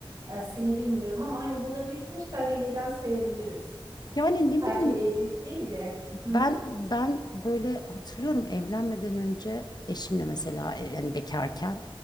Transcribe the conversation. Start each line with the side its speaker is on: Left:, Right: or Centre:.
Right: E, seni bilmiyorum ama hani burada birkaç tane neden sayabiliriz.
Left: Yani ne
Right: Sadece
Left: bileyim
Right: evlilik değil de. Hı
Left: Ben
Right: hı.
Left: ben böyle hatırlıyorum evlenmeden önce eşimle mesela e, yani bekarken